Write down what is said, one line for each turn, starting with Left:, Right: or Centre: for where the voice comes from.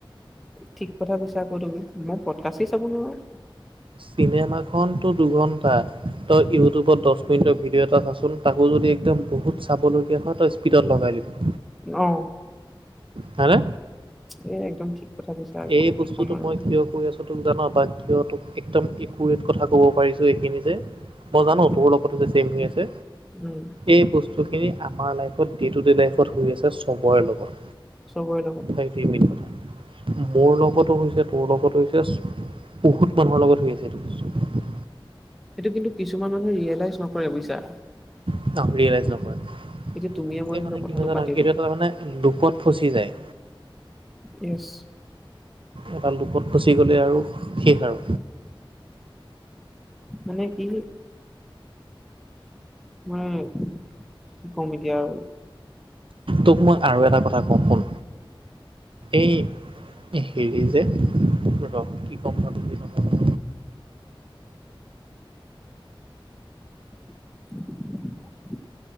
Centre: ঠিক কথা কৈছা আকৌ তুমি, মই পটকাচে চাব নোৱাৰো।
Right: চিনেমা খনটো দুঘন্টা তই ইউটিউবত দশ মিনিটৰ ভিডিঅ এটা চা চোন তাকো যদি একদম বহুত চাবলগীয়া হয়, তই স্পীডত লগাই লবি।
Centre: অঁ
Right: হয় নে
Centre: এই একদম ঠিক কথা কৈছা একদম
Right: এই
Centre: কি
Right: বস্তুটো
Centre: ক'ম আৰু
Right: মই কিয় কৈ আছোঁ তোক জান বা কিয় তোক একদম একুৰেট কথা কব পাৰিছো এইখিনি যে। মই জানো
Centre: উম,
Right: তোৰ লগত যে চেম হৈ আছে।
Centre: উম।
Right: এই বস্তুখিনি আমাৰ লাইফত ডে টু ডে লাইফত হৈ আছে চবৰে লগত।
Centre: চবৰে লগত।
Right: <unintelligible> মোৰ লগতো হৈছে তোৰ লগতো হৈছে বহুত মানুহৰ লগত হৈ আছে এইটো বস্তু।
Centre: সেইটো কিন্তু কিছুমান মানুহে ৰিয়েলাইজ নকৰে বুজিছা।
Right: <unintelligible>
Centre: এতিয়া তুমিয়ে মই
Right: এই
Centre: ধৰি
Right: মানে
Centre: লও কথাটো
Right: কি হয় জান
Centre: পাতিলো
Right: এইটো তাৰ মানে লুপত ফচি যায়।
Centre: ইয়েছ।
Right: এটা লোপত ফচি গ'লে আৰু শেষ আৰু।
Centre: মানে কি উম, কি কম এতিয়া আৰু।
Right: তোক মই আৰু এটা কথা কওঁ শুন। এই হেৰি যে ৰস কি ক'ম ন বুলি ক
Centre: <inaudible>